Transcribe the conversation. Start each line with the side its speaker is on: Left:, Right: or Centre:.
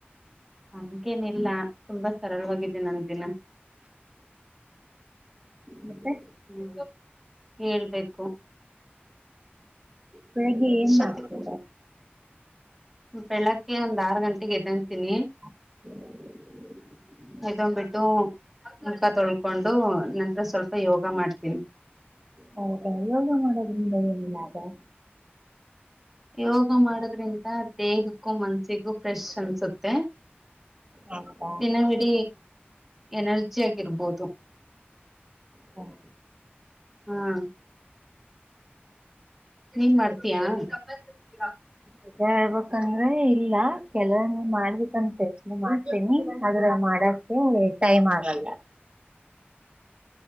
Centre: ಹಂಗೆನಿಲ್ಲ ತುಂಬಾ ಸರಳವಾಗಿದೆ ನಂದಿನ
Right: ಮತ್ತೆ
Centre: ಹ್ಮ್ ಹೇಳ್ಬೇಕು
Right: ಬೆಳಿಗ್ಗೆ ಏನ್
Centre: ಇಷ್ಟೊತ್ತ
Right: ಮಾಡ್ತೀರ
Centre: ಬೆಳಗ್ಗೆ ಒಂದ್ ಆರ್ ಗಂಟೆಗ್ ಏದ್ದಂತೀನಿ.
Right: <inaudible>
Centre: ಎದ್ದೋನ್ ಬಿಟ್ಟು ಮುಖ ತೊಳ್ಕೊಂಡು ನಂತರ ಸ್ವಲ್ಪ ಯೋಗ ಮಾಡ್ತೀನ್.
Right: ಹೌದಾ ಯೋಗ ಮಾಡೋದ್ರಿಂದ ಏನ್ ಲಾಭ.
Centre: ಯೋಗ ಮಾಡದ್ರಿನ್ ದೇಹಕ್ಕೂ ಮನ್ಸಿಗೂ ಫ್ರೆಶ್ ಅನ್ಸುತ್ತೆ
Right: ಹೌದಾ
Centre: ದಿನವಿಡ ಎನರ್ಜಿ ಆಗಿರ್ಬೋದು
Right: ಹ್ಮ್.
Centre: ಹಾ ನೀನ್ ಮಾಡ್ತೀಯಾ. <unintelligible>
Right: ನಿಜಾ ಹೇಳ್ಬೇಕಂದ್ರೆ ಇಲ್ಲ ಕೆಲವೊಂದು ಮಾಡ್ಬೇಕಂತೆ ನಾ ಮಾಡ್ತೀನಿ ಆದ್ರ ಮಾಡಕ್ಕೆ ಟೈಮ್ ಆಗಲ್ಲ